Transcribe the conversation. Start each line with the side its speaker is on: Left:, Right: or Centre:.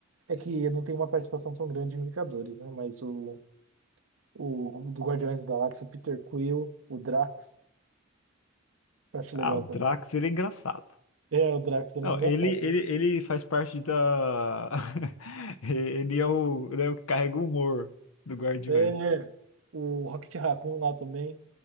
Right: É que não tem uma participação tão grande em Vingadores, né? Mas o, o do Guardiões da Galáxia, o Peter Quill, o Drax, eu acho
Left: Ah,
Right: legal
Left: o Drax,
Right: também.
Left: ele é engraçado.
Right: É, o Drax ele
Left: Não,
Right: é engraçado.
Left: ele,
Right: né?
Left: ele, ele faz parte da. <laughs> Ele é o, ele é o que carrega o humor do Guardiões.
Right: É, é. o Rocket Raccoon lá também,